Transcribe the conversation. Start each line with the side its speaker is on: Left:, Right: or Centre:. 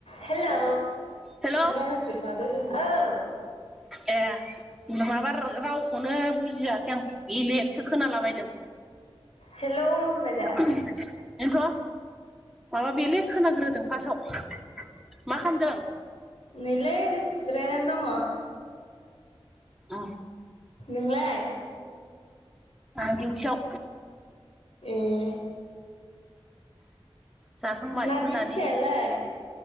Left: हेलौ
Centre: हेल'
Left: औ।
Centre: ए नङाबा रावखौनो बुजियाखै आं बेलेकसो खोनालाबायदों।
Left: हेलौ। मेदा
Centre: <unintelligible> बेन्थ' माबा ब्लेक खोनाग्रोदों फासयाव मा खालामदों?
Left: नैलै जिरायनानै दङ।
Centre: अह
Left: नोंलाय?
Centre: आं दिउटियाव
Left: एह
Centre: जाखांबाय
Left: नानि
Centre: मोनानि
Left: फिसायालाय